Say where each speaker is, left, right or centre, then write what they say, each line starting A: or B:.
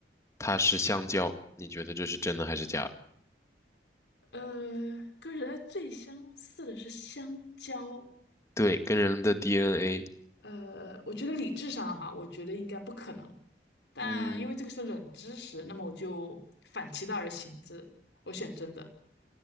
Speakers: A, on the left; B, on the left.
A: 它是香蕉。你觉得这是真的还是假的？
B: 呃，跟人类最相似的是香蕉。
A: 对，跟人的 DNA，
B: 呃，我觉得理智上哈，我觉得应该不可能，但因为这个是冷知识，
A: 嗯，
B: 那么我就反其道而行之，我选真的。